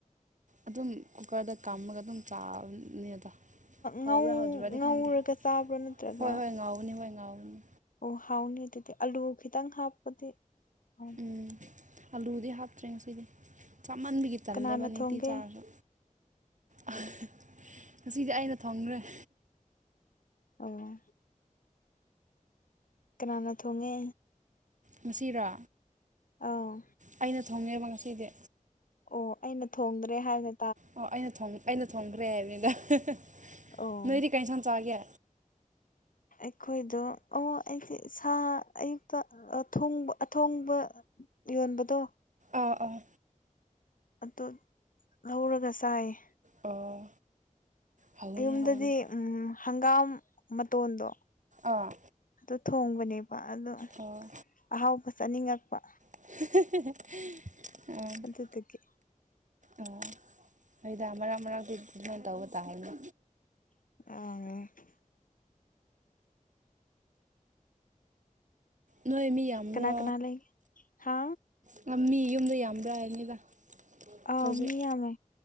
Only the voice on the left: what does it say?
ꯉꯧ
ꯉꯧꯔꯒ
ꯆꯥꯕ꯭ꯔꯣ ꯅꯠꯇ꯭ꯔꯒ
ꯑꯣ ꯍꯥꯎꯅꯤ ꯑꯗꯨꯗꯤ ꯑꯂꯨ ꯈꯤꯇꯪ ꯍꯥꯞꯄꯗꯤ <unintelligible>
ꯀꯅꯥꯅ
ꯊꯣꯡꯒꯦ
ꯑꯣ ꯑꯣ ꯀꯅꯥꯅ ꯊꯣꯡꯉꯦ
ꯑꯧ
ꯑꯣ ꯑꯩꯅ ꯊꯣꯡꯗ꯭ꯔꯦ ꯍꯥꯏꯅ__
ꯑꯣ
ꯑꯩꯈꯣꯏꯗꯣ ꯑꯣ ꯑꯩꯗꯤ ꯁꯥ ꯑꯌꯨꯛꯇ ꯑ ꯊꯣꯡꯕ ꯑꯊꯣꯡꯕ ꯌꯣꯟꯕꯗꯣ
ꯑꯗꯨꯠ ꯂꯧꯔꯒ ꯆꯥꯏꯌꯦ
ꯑꯌꯨꯝꯗꯗꯤ
ꯎꯝ ꯍꯪꯒꯥꯝ ꯃꯇꯣꯟꯗꯣ
ꯑꯗꯨ ꯊꯣꯡꯕꯅꯦꯕ ꯑꯗꯣ
ꯑꯍꯥꯎꯕ ꯆꯥꯅꯤꯡꯉꯛꯄ
ꯑꯗꯨꯗꯨꯒꯤ
<unintelligible>
ꯀꯅꯥ ꯀꯅꯥ ꯂꯩ ꯍꯥ
ꯑꯥꯎ
ꯃꯤ ꯌꯥꯝꯃꯦ